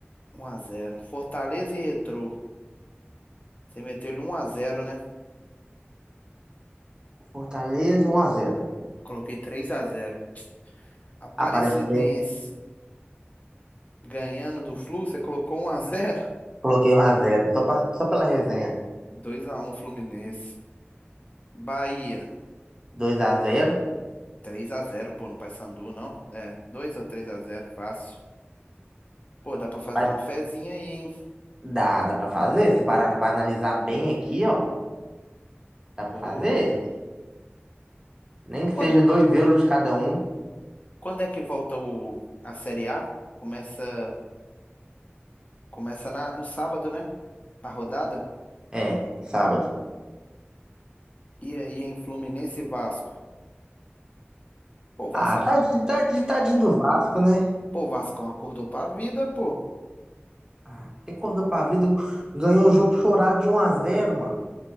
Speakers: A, on the left; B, on the right.
A: um a zero Fortaleza e Retrô, você meteu ele um a zero né?
B: Fortaleza um a zero.
A: Coloquei três a zero Aparecidense
B: Aparece
A: ganhando do Flu, você colocou um a zero
B: Coloquei um a zero. Só, pra- só pela resenha.
A: <laughs> dois a um Fluminense. Bahia,
B: Dois a zero.
A: três a zero pô, no Paysandu, não? É, 2 ou três a zero fácil. Pô, dá pra fazer
B: Mas
A: uma fezinha aí, hein?
B: Dá, dá pra fazer? Se parar pra analisar bem aqui, ó. Dá pra
A: Pô.
B: fazer? Nem que
A: Quando,
B: seja 2 euros de cada um.
A: quando é que volta o, a Série A? Começa, começa na, no sábado, né? A rodada.
B: É, sábado.
A: E aí em Fluminense e Vasco. Pô, o Vascão,
B: Ah, tadinho, tadinho, tadinho do Vasco, né?
A: pô, o Vascão acordou pra vida, pô.
B: Ah, quem acordou pra vida ganhou o jogo chorado de um a zero, mano.